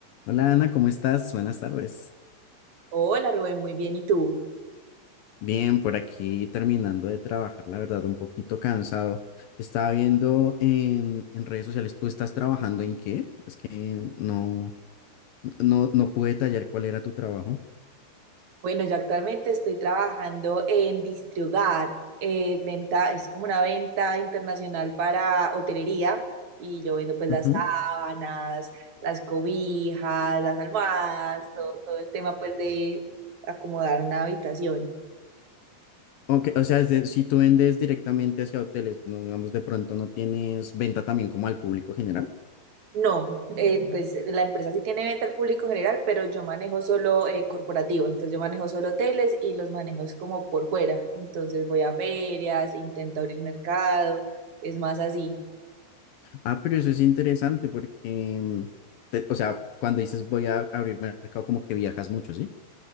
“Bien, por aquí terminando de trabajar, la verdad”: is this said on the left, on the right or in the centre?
Left